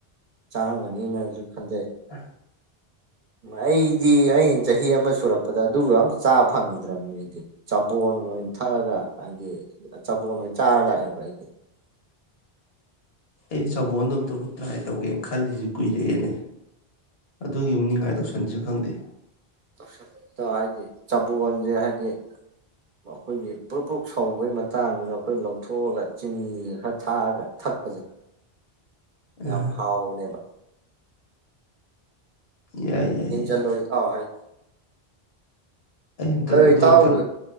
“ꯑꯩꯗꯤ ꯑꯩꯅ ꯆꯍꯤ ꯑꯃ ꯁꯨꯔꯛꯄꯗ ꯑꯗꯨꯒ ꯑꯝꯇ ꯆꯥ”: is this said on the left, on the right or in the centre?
Right